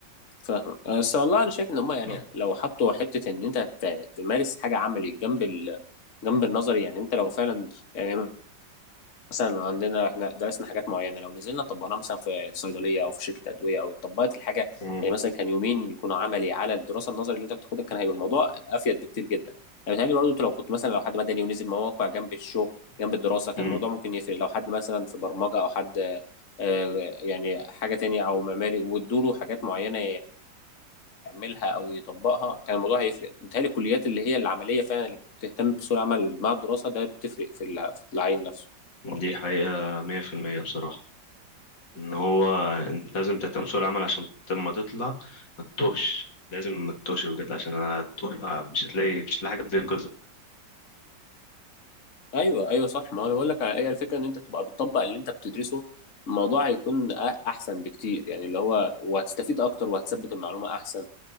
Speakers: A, on the left; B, on the left.
A: فاهمك بس والله انا شايف ان هم يعني
B: <coughs>
A: لو حطوا حته ان انت ت- تمارس حاجه عملي جنب ال... جنب النظري يعني انت لو فعلا يعني مثلا عندنا احنا درسنا حاجات معينه لو نزلنا طبقناها مثلا في صيدليه او في شركه ادويه او طبقت الحاجه
B: مم.
A: يعني مثلا كان يومين يكونوا عملي على الدراسه النظري اللي انت بتاخدها كان هيبقى الموضوع افيد بكتير جدا يعني بيتهيألي برضه انت لو كنت مثلا لو حد مدني ونزل مواقع جنب الشغل جنب الدراسه كان
B: مم.
A: الموضوع ممكن يفرق لو حد مثلا في برمجه او حد آه، يعني حاجه تانية او معماري وادوله حاجات معينه يعملها او يطبقها كان الموضوع هيفرق بيتهيألي الكليات اللي هي العمليه فعلا اللي بتهتم بسوق العمل مع الدراسه ده بتفرق في الع- في العين نفسه
B: دي حقيقة مية في المية بصراحة ان هو انت لازم تهتم بسوق العمل عشان لما تطلع ما تتوهش لازم ما تتوهش بجد عشان هتطلع مش هتلاقي مش هتلاقي حاجه تنقذك
A: ايوه ايوه صح ما هو انا بقول لك هي الفكره ان انت تبقى بتطبق اللي انت بتدرسه الموضوع هيكون أ- احسن بكتير يعني اللي هو وهتستفيد اكتر وهتثبت المعلومه احسن